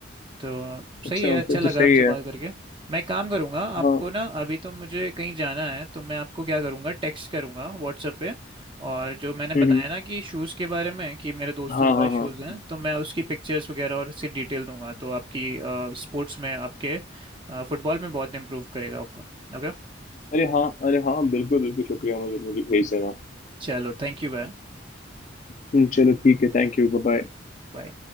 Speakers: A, on the right; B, on the left.
A: तो
B: अच्छा
A: सही है अच्छा
B: फिर
A: लगा
B: तो सही
A: आपसे
B: है
A: बात करके मैं एक काम करूँगा
B: हाँ
A: आपको ना अभी तो मुझे कहीं जाना है तो मैं आपको क्या करूँगा टेक्स्ट करूँगा व्हाट्सएप पे और जो मैंने बताया
B: हम्म,
A: ना कि शूज़ के बारे में कि मेरे दोस्तों
B: हाँ
A: के
B: हाँ
A: पास शूज़
B: हाँ
A: हैं तो मैं उसकी पिक्चर्स वगैरह और उसकी डिटेल दूंगा तो आपकी स्पोर्ट्स में आपके फुटबॉल में बहुत इम्प्रूव करेगा आपका ओके
B: अरे हाँ अरे हाँ बिल्कुल बिल्कुल शुक्रिया मुझे मुझे भेज देना
A: चलो थैंक यू बाय
B: हम्म, चलो ठीक है Thank you Bye bye.
A: बाय।